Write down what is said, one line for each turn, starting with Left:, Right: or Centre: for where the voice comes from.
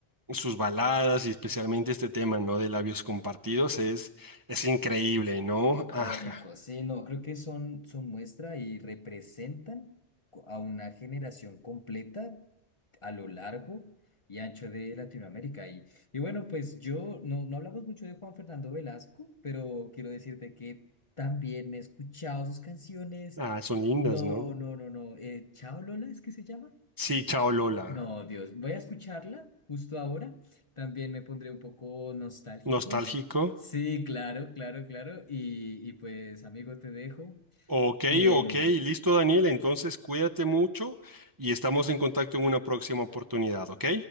Right: sus baladas y especialmente este tema, ¿no? De labios compartidos es, es increíble, ¿no?
Left: Icónico,
Right: Ajá.
Left: sí, no, creo que son, son muestra y representan co- a una generación completa a lo largo y ancho de Latinoamérica. Y, y bueno, pues yo no, no hablamos mucho de Juan Fernando Velasco, pero quiero decirte que también he escuchado sus canciones.
Right: Ah, son lindas,
Left: No,
Right: ¿no?
Left: no, no, no. eh, Chao Lola, ¿es que se llama?
Right: Sí, chao Lola.
Left: Eh, No, Dios, voy a escucharla justo ahora. También me pondré un poco nostálgico.
Right: Nostálgico.
Left: Sí, claro, claro, claro. Y, y pues, amigo, te dejo.
Right: Ok,
Left: Te,
Right: ok,
Left: mm,
Right: listo Daniel, entonces cuídate mucho y estamos en contacto en una próxima oportunidad, ¿ok?